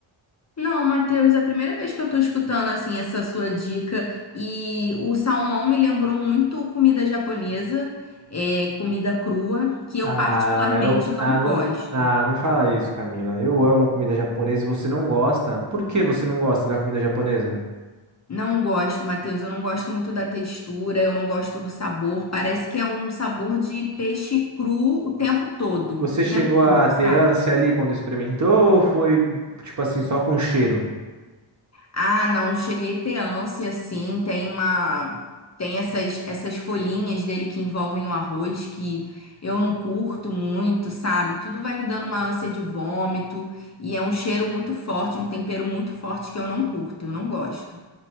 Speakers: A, on the left; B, on the right.
A: Não, Matheus, é a primeira vez que eu tô escutando assim essa sua dica e o salmão me lembrou muito comida japonesa, é, comida crua, que eu
B: Ah,
A: particularmente
B: eu, ah,
A: não
B: não,
A: gosto.
B: ah, não fala isso, Camila. Eu amo comida japonesa e você não gosta. Por que você não gosta da comida japonesa?
A: Não gosto, Matheus, eu não gosto muito da textura, eu não gosto do sabor. Parece que é um sabor de peixe cru o tempo todo,
B: Você
A: o
B: chegou
A: tempo todo,
B: a ter
A: sabe?
B: ânsia ali quando experimentou ou foi, tipo assim, só com cheiro?
A: Ah, não, eu cheguei a ter ânsia, sim. tem uma... Tem essas, essas folhinhas dele que envolvem o arroz que eu não curto muito, sabe? Tudo vai me dando uma ânsia de vômito e é um cheiro muito forte, um tempero muito forte que eu não curto, eu não gosto.